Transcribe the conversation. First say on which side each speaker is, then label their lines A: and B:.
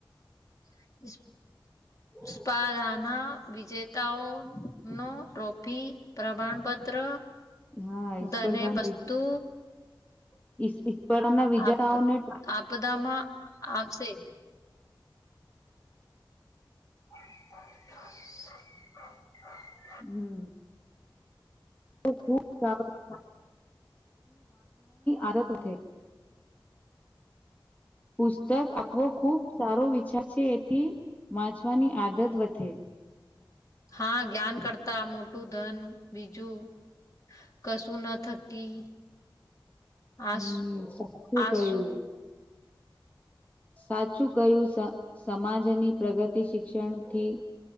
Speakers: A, on the left; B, on the left.
A: <inaudible>
B: <inaudible>
A: સ્પાધાના વિજેતાઓ નો ટ્રોફી પ્રમાણપત્ર
B: હા
A: ધને
B: સ્પર્ધાના
A: પસ્તુ
B: <unintelligible> વિજેતાઓને
A: આપ આપદામાં આવશે. <inaudible>
B: હમ્મ. <unintelligible> આદત ઉઠે પુસ્તક આપવો ખુબ સારો વિચાર છે એથી વાંચવાની આદત વધે.
A: હા જ્ઞાન કરતા મોટું ધન બીજું કશું ન થકી આસું
B: હમ સાચું
A: આસુ
B: કહ્યું સાચું કયું સ સમાજની પ્રગતિ શિક્ષણ થી